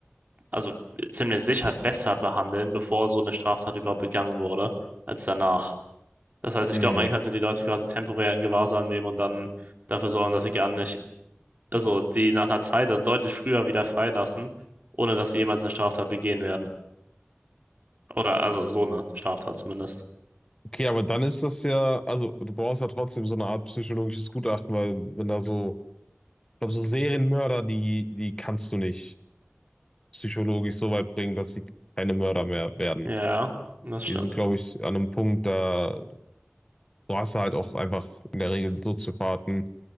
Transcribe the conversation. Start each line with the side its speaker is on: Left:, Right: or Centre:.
Right: also ziemlich sicher besser behandeln, bevor so eine Straftat überhaupt begangen wurde, als danach. Das heißt, ich
Left: Hm.
Right: glaube, man könnte die Leute quasi temporär in Gewahrsam nehmen und dann dafür sorgen, dass sie gar nicht, also die nach einer Zeit also deutlich früher wieder freilassen, ohne dass sie jemals eine Straftat begehen werden. Oder also so eine Straftat zumindest.
Left: Okay, aber dann ist das ja, also du brauchst ja trotzdem so eine Art psychologisches Gutachten, weil wenn da so, ich glaube, so Serienmörder, die, die kannst du nicht psychologisch so weit bringen, dass sie keine Mörder mehr werden.
Right: Ja, das stimmt.
Left: Die sind, glaube ich, an einem Punkt, da du hast halt auch einfach in der Regel Soziopathen,